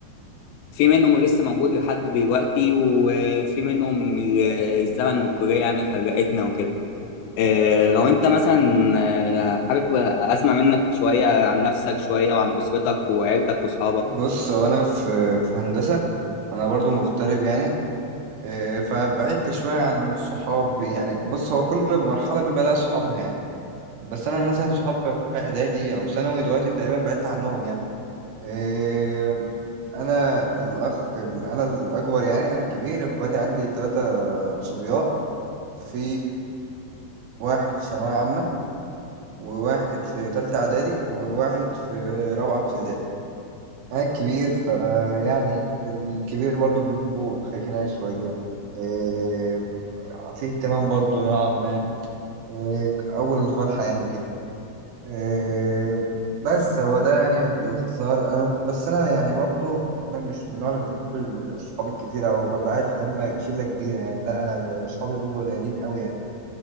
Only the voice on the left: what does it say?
في منهم لسه موجود لحد دلوقتي وفي منهم ال- الزمن والكليه يعني فرقتنا وكده آه، لو انت مثلا آه، حابب اسمع منك شويه عن نفسك شويه وعن اسرتك وعيلتك واصحابك